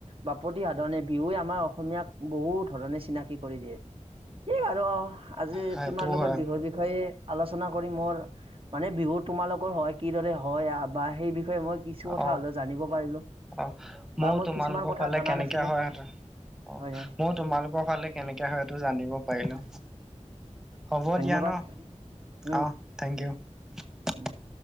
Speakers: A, on the right (about 50°); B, in the centre.
A: বাপতি সাধনে বিহুৱে আমাৰ অসমীয়াক বহুত ধৰণে চিনাকি কৰি দিয়ে। সেই আৰু অ আজি
B: সেইটোও
A: তোমাৰ লগত
B: হয়
A: বিহুৰ বিষয়ে আলোচনা কৰি মোৰ মানে বিহুত তোমালোকৰ হয়, কিদৰে হয় বা সেই বিষয়ে মই কিছু কথা
B: অ
A: হ'লেও জানিব পাৰিলো
B: অ ময়ো
A: বা মই
B: তোমালোকৰ
A: কিছুমান কথা
B: ফালে
A: জনা
B: কেনেকে
A: নাছিলো।
B: হয় সেইটো
A: হয়
B: অ মই তোমালোকৰ ফালে কেনেকে হয়টো জানিব পাৰিলো।
A: হয়
B: হ'ব
A: ধন্যবাদ
B: দিয়া ন,
A: উম
B: অ থেংক ইউ।
A: উম